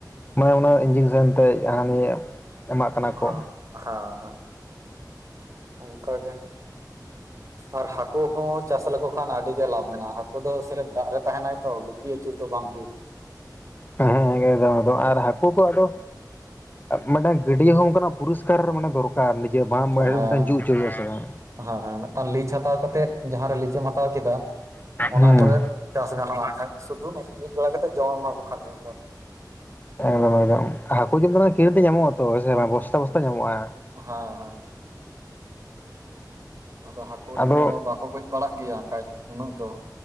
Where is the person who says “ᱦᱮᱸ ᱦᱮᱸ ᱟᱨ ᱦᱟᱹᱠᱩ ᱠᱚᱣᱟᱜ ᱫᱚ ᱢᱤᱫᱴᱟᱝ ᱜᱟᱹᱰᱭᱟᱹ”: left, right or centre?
Left